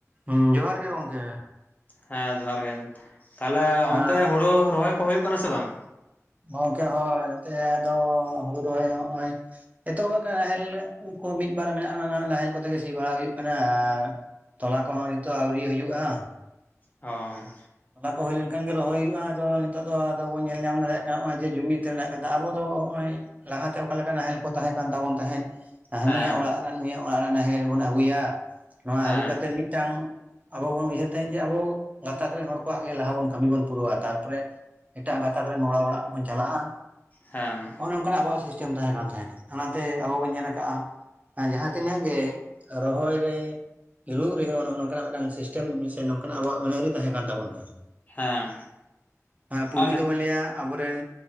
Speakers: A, on the right; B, on the left.
A: ᱦᱩᱸ ᱡᱚᱦᱟᱨ ᱜᱮ ᱜᱚᱝᱠᱮ᱾
B: ᱦᱮᱸ ᱡᱚᱦᱟᱨ ᱜᱮ ᱛᱟᱦᱞᱮ
A: ᱦᱮᱸ
B: ᱚᱱᱛᱮ ᱦᱩᱲᱩ ᱨᱚᱦᱚᱭ ᱠᱚ ᱦᱩᱭᱩᱜ ᱠᱟᱱᱟ ᱥᱮ ᱵᱟᱝ?
A: ᱜᱚᱝᱠᱮ ᱦᱚᱭ ᱮᱱᱛᱮᱜ ᱟᱫᱚ ᱦᱩᱲᱩ ᱨᱚᱦᱚᱭ ᱦᱚᱸ ᱱᱚᱜ-ᱚᱭᱼᱼ ᱮᱛᱚᱦᱚᱵ ᱟᱠᱟᱱᱟ ᱱᱟᱦᱮᱞ ᱩᱝ ᱠᱚ ᱢᱤᱫ ᱵᱟᱨ ᱢᱮᱱᱟᱜ-ᱟ ᱚᱱᱟ ᱱᱟᱦᱮᱞ ᱠᱚᱛᱮ ᱜᱮ ᱥᱤ ᱵᱟᱲᱟ ᱦᱩᱭᱩᱜ ᱠᱟᱱᱟ ᱟᱨᱼᱼ ᱛᱚᱞᱟ ᱠᱚᱦᱚᱸ ᱱᱤᱛᱚᱜ ᱟᱣᱨᱤ ᱦᱩᱭᱩᱜ-ᱟ᱾
B: ᱚᱸ᱾
A: ᱛᱚᱞᱟ ᱠᱚ ᱦᱩᱭ ᱞᱮᱱᱠᱷᱟᱱ ᱜᱮ ᱨᱚᱦᱚᱭ ᱦᱩᱭᱩᱜ-ᱟ ᱟᱫᱚ ᱱᱤᱛᱚᱜ ᱫᱚ ᱟᱫᱚ ᱵᱚᱱ ᱧᱮᱞ ᱧᱟᱢ ᱫᱟᱲᱮᱭᱟᱜ ᱠᱟᱱᱟ ᱱᱚᱸᱜ-ᱚᱭ ᱡᱮ ᱡᱩᱢᱤᱛ ᱨᱮᱱᱟᱜ ᱠᱟᱛᱷᱟ ᱟᱵᱚ ᱫᱚ ᱦᱚᱜ-ᱚᱭ ᱞᱟᱦᱟ ᱛᱮ ᱚᱠᱟ ᱞᱮᱠᱟ ᱱᱟᱦᱮᱞ ᱠᱚ ᱛᱟᱦᱮᱸ ᱠᱟᱱ ᱛᱟᱵᱚᱱ ᱛᱟᱦᱮᱸᱫ᱾ ᱦᱟᱹᱱᱤ
B: ᱦᱮᱸ
A: ᱭᱟᱜ ᱚᱲᱟᱜ ᱨᱮ ᱱᱩᱭᱟᱜ ᱚᱲᱟᱜ ᱨᱮ ᱱᱟᱦᱮᱞ ᱵᱚᱱ ᱟᱹᱜᱩᱭᱟ ᱱᱚᱣᱟ
B: ᱦᱮᱸ
A: ᱟᱹᱜᱩ ᱠᱟᱛᱮᱜ ᱢᱤᱫᱼᱼ ᱴᱟᱝ ᱟᱵᱚ ᱵᱚᱱ ᱩᱭᱦᱟᱹᱨ ᱛᱟᱦᱮᱸᱫ ᱡᱮ ᱟᱵᱚ ᱜᱟᱛᱟᱠ ᱨᱮᱱ ᱦᱚᱲᱼᱼ ᱠᱚᱣᱟᱜ ᱜᱮ ᱞᱟᱦᱟ ᱵᱚᱱ ᱠᱟᱢᱤ ᱵᱚᱱ ᱯᱩᱨᱟᱹᱣᱟ ᱛᱟᱨᱯᱚᱨᱮ ᱮᱴᱟᱜ ᱜᱷᱟᱛᱟᱠ ᱨᱮᱱ ᱦᱚᱲ‌ᱟᱜ ᱚᱲᱟᱜ ᱵᱚᱱ ᱪᱟᱞᱟᱜᱼᱟ‌
B: ᱦᱮᱸ᱾
A: ᱚᱱᱮ ᱚᱱᱠᱟ ᱱᱟᱜ ᱟᱵᱚᱣᱟᱜ ᱥᱤᱥᱴᱮᱢ ᱛᱟᱦᱮᱸ ᱠᱟᱱ ᱛᱮᱦᱮᱸᱜ ᱚᱱᱟᱛᱮ ᱟᱵᱚ ᱵᱚ ᱧᱮᱞ ᱟᱠᱟᱜ-ᱟᱼᱼ ᱡᱟᱦᱟᱸ ᱛᱤᱱᱟᱹᱜ ᱜᱮ ᱨᱚᱦᱚᱭ ᱨᱮᱼᱼ ᱤᱨᱩᱜ ᱨᱮᱦᱚᱸ ᱱᱚᱜ-ᱱᱚᱝᱠᱟ ᱱᱟᱜ ᱢᱤᱫᱴᱟᱝ ᱥᱤᱥᱴᱮᱢ ᱥᱮ ᱱᱚᱝᱠᱟ ᱱᱟᱜ ᱟᱵᱚᱣᱟᱜ ᱟᱹᱱ ᱟᱹᱨᱤ ᱛᱟᱦᱮᱸ ᱠᱟᱱ ᱛᱟᱵᱚᱱᱟ᱾
B: ᱦᱮᱸ
A: ᱦᱮᱸ ᱯᱩᱭᱞᱩ
B: ᱟᱨ ᱱᱤᱛ
A: ᱫᱚᱵᱚᱱ ᱞᱟᱹᱭᱟ ᱟᱵᱚ ᱨᱮᱱᱼᱼ